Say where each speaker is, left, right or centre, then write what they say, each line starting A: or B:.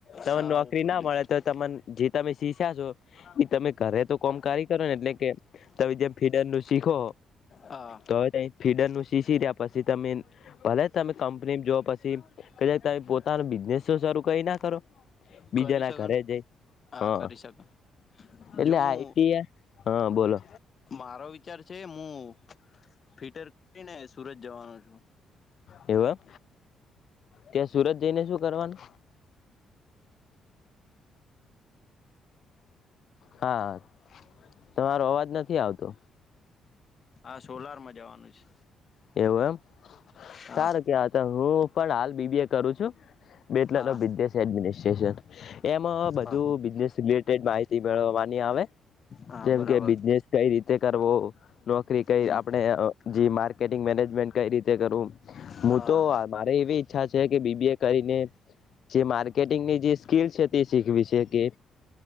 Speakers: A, on the left; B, on the left.
A: તને
B: હા
A: નોકરી
B: ઓપોર્ચ્યુનિટી
A: ના મળે તો તને જે તમે શીસ્યા છો એઈ તમે કરરે તો કોમ કારી કરો ને એટલે કે તમે જેમ ફીડર નું શીખો
B: હા
A: તો હવે ફીડર નું શીખી રહ્યા પછી તમે ભલે તમે કંપની જોઓ પછી કે તમે પોતાનો બિઝનેસ શરૂ કરી ના કરો બીજા
B: કરી
A: ના
B: શકન
A: ઘરે જઈ હા
B: કરી શકન
A: એટલે
B: જો હું
A: આઈટી હા બોલો
B: મારો વિચાર છે હું ફિટર કરીને સુરત જવાનો છું
A: એવર ત્યાં સુરત જઈને શું કરવાનું હા તમારો અવાજ નથી આવતો
B: હા સોલાર માં જવાનું છે
A: એવું એમ
B: હા
A: સારું કે હતા હું પણ હાલ બીબી એ કરું છું બે એટલા
B: હા
A: ન બિઝનેસ એડમિનિસ્ટ્રેશન એમાં બધું
B: હા
A: બિઝનેસ રિલેટેડ માહિતી મેળવાની આવે
B: હા
A: જેમ
B: બરાબર
A: કે બિઝનેસ કઈ રીતે કરવો નોકરી કઈ
B: હમ
A: આપણે જે માર્કેટિંગ મેનેજમેન્ટ કઈ રીતે કરવું હું
B: હા
A: તો મારે એવી ઈચ્છા છે કે બીબી એ કરીને જે માર્કેટિંગની જે સ્કીલ છે તે શીખવી છે કે